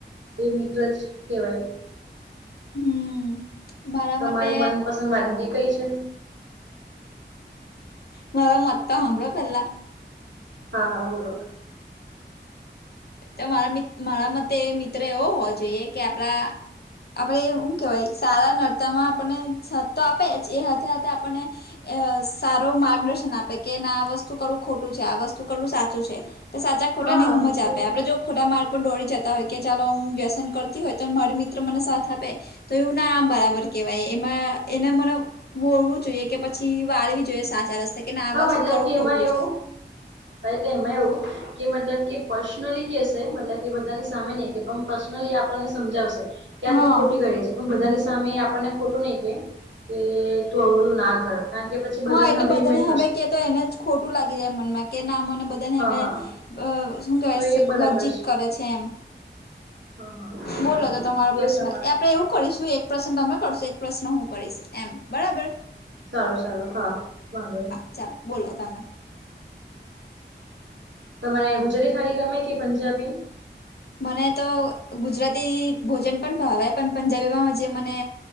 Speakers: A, on the right; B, on the left.
A: એ મિત્ર જ કેવાય.
B: હમ મારા
A: તમારી
B: મતે
A: મનપસંદ વાનગી કઈ છે?
B: મ્હારો મત તો હામ્ભળો પહેલા.
A: હા હા બોલો.
B: તો મારા મિત મારા મતે મિત્ર એવો હોવો જોઈએ કે આપડા આપણે હું કેવાય સારા નરતા માં આપણને સાથ તો આપે જ એ હાથે હાથે આપણને અ સારો માર્ગદર્શન આપે કે ના આ વસ્તુ કરવું ખોટું છે આ વસ્તુ કરવું સાચું છે. તે સાચા ખોટાની
A: હા
B: સમજ
A: એ તો
B: આપ.
A: છે
B: ખોટા માર્ગ પર દોડી જતા હોય કે ચાલો હું વ્યસન કરતી હોય તો મારી મિત્ર મને સાથ આપે. તો એવું ના બરાબર કેવાય એમાં એને મન વોળવું જોઈએ કે પછી વાળવી જોઈએ સાચા રસ્તે કે ના આ
A: હા
B: વસ્તુ
A: મતલબ
B: કરવું
A: કે
B: ખોટું
A: એમાં એવું
B: છે.
A: એટલે એમાં એવું કે મતલબ કે પર્સનલી કેશે મતલબ કે બધાની સામે નહી કે પણ. પર્સનલી આપણને સમજાવશે કે આ
B: હા
A: તું ખોટી <unintelligible> છે. એવું બધાની સામે આપણને ખોટું નહીં કે કે તું આવુ બધુ ના કર કારણ કે પછી, જે
B: હા
A: બધાંના બી <unintelligible>
B: <unintelligible> તો એને જ ખોટું લાગી જાય મનમાં કે ના મને બધાને
A: હા હા
B: અ શુ કેવાય
A: તો
B: સ
A: એ બરાબર
B: લજ્જિત કરે છે એમ.
A: હા હા એટલે
B: બોલો તો તમારો પ્રશ્ન
A: પ્રમાણે
B: એ આપણે એવું કરીશું એક. પ્રશન તમે કરશો એક પ્રશ્ન હું કરીશ એમ બરાબર.
A: સારું સારું હા વાંધો નહી.
B: હા ચાલો બોલો તમે.
A: તમારે અહીંયા ગુજરાતી થાળી ગમે કે પંજાબી
B: મને તો ગુજરાતી ભોજન પણ ભાવે પણ પંજાબીમાં જે મને